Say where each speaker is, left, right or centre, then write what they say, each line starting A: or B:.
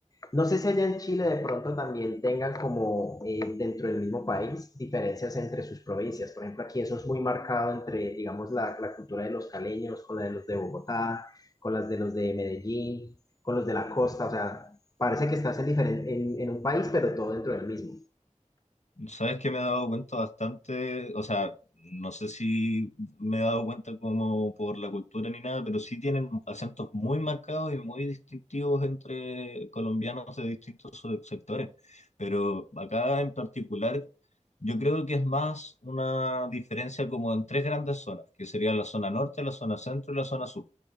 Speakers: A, on the left (about 30°); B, on the left (about 60°).
A: No sé si allá en Chile de pronto también tengan como eh, dentro del mismo país diferencias entre sus provincias. Por ejemplo, aquí eso es muy marcado entre, digamos, la, la cultura de los caleños con la de los de Bogotá, con las de los de Medellín, con los de la costa. O sea, parece que estás en, diferen- en, en un país, pero todo dentro del mismo.
B: Sabes que me he dado cuenta bastante, o sea, no sé si me he dado cuenta como por la cultura ni nada, pero sí tienen acentos muy marcados y muy distintivos entre colombianos de distintos se- sectores. Pero acá en particular, yo creo que es más una diferencia como en tres grandes zonas, que sería la zona norte, la zona centro y la zona sur.